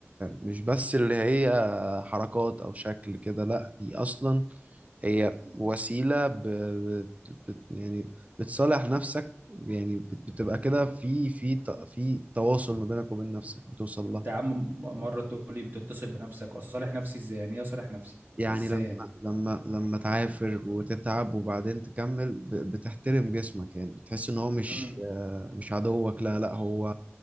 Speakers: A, on the right; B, on the right.
A: مش بس اللي هي حركات أو شكل كده لأ دي أصلا هي وسيلة ب... بت... بت... يعني بتصالح نفسك يعني بت- بتبقى كده في في ت- في تواصل ما بينك وبين نفسك بتوصل لها
B: انت يا عم مرة تقول لي بتتصل بنفسك اصل صالح نفسي ازاي يعني ايه اصالح نفسي
A: يعني
B: ازاي
A: لما لما لما تعافر وتتعب وبعدين تكمل ب... بتحترم جسمك يعني بتحس ان هو مش
B: يعني
A: آه، مش عدوك لا لا هو